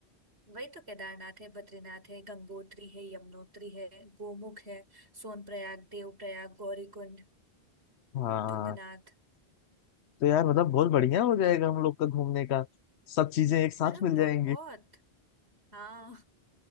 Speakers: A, on the right (about 75°); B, on the left (about 85°).
A: वही तो केदारनाथ है बद्रीनाथ है गंगोत्री है यमुनोत्री है गोमुख है सोनप्रयाग देवप्रयाग गौरीकुंड
B: हाँ
A: तुंगनाथ
B: तो यार मतलब बहुत बढ़िया हो जाएगा हम लोग का घूमने का सब चीजें एक साथ
A: मतलब
B: मिल
A: बहुत
B: जाएंगी
A: हाँ